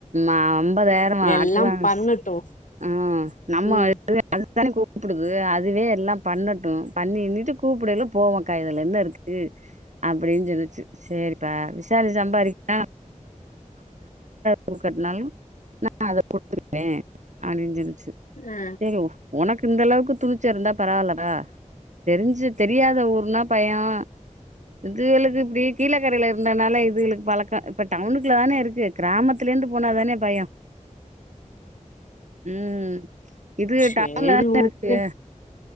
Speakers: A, on the right; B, on the left.
A: ம் அம்பதாயிரமா
B: எல்லாம்
A: அட்டுவான்ஸ்
B: பண்ணட்டு
A: ஆ நம்ம
B: ம்
A: <inaudible> அதுதானே கூப்புடுது அதுவே எல்லாம் பண்ணட்டு பண்ணி இன்னிட்டு கூப்புடைல போவோக்கா இதுல என்ன இருக்கு அப்டின்னு சொன்னுச்சு சே ரிப்பா விசாலு சம்பாரிக்கா <inaudible> குடுக்கறதுனாலு நா அத குடுத்துருப்பே அப்டினு சொன் சேரி
B: ஆ
A: சேகு ஒனக்கு இந்தளவுக்கு துணிச்ச இருந்தா பரவாயில்ல ஆ தெரிஞ்சு தெரியாத ஊர்னா பயோ இதுகளுக்கு இப்டி கீழக்கரையில இருந்ததுனால இதுகளுக்கு பழக்க இப்ப டவுனுக்குள்ள தானே இருக்கு கிராமத்துலேருந்து போனா தானே பயோ ம் இதுக
B: சேரி
A: டவுன்ல தானே
B: ஓகே
A: இருக்குக